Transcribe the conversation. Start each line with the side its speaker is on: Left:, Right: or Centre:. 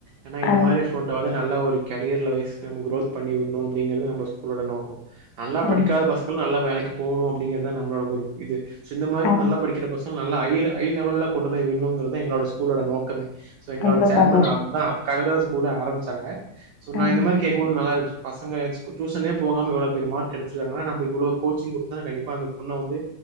Right: ஏனா இந்த
Left: அ
Right: மாரி போ ட்றாத நல்ல ஒரு கரியர்ல வய்ஸ் குரோத் பண்ணி வுட்ணு அப்டிங்கிறது நம்ப ஸ்கூலோட நோக்கோ நல்லா
Left: ரொம்
Right: படிக்காத பசங்க நல்லா வேலைக்கு போணு அப்டிங்கறதா நம்மளோட விரு இது சோ இந்த மாரி
Left: அ
Right: நல்லா படிக்கிற பச ங்கள நல்ல ஐ ஐ லெவல்ல கொண்டு போய் விடணுங்கறதா எங்களோட ஸ்கூலோட நோக்கமே சோ எங்களோட
Left: ரொம்ப
Right: சேர்மன்
Left: சந்தோஷம்.
Right: அதுதா அது க்காகதா ஸ்கூலு ஆரம்புச்சாங்க சோ நா
Left: ஆமா.
Right: இந்த மாரி கே ட்டு நல்லாருகு பசங்க ஸ்கூ டியூசனே போகாம இவ்ளோ பெரிய மார்க் ச்சுவாங்கனா நம்ப இவ்ளோ கோச்சிங் குடுத்தனா கண்டிப்பா அந்த பொண்ண வந்து